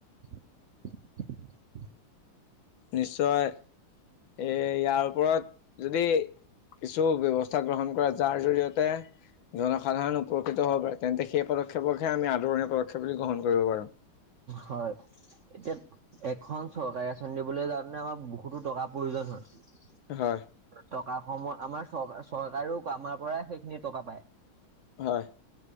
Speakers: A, on the right; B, on the left.
A: <inaudible>
B: নিশ্চয় এ ইয়াৰ ওপৰত যদি কিছু ব্যৱস্থা গ্ৰহণ কৰা যাৰ জৰিয়তে তে জনসাধাৰণ উপকৃত হ'ব পাৰে তেন্তে সেই পদক্ষেপকহে আমি আদৰণি সুৰক্ষা বুলি গ্ৰহণ কৰিব পাৰো।
A: হয়, এতিয়া এখন চৰকাৰী আঁচনি দিবলৈ যাওঁতে আমাৰ বহুতো টকা প্ৰয়োজন হয় হয়
B: হয়
A: টকা সমূহ আমাৰ চৰ চৰকাৰেও আমাৰ পৰাই সেইখিনি টকা পায়
B: হয়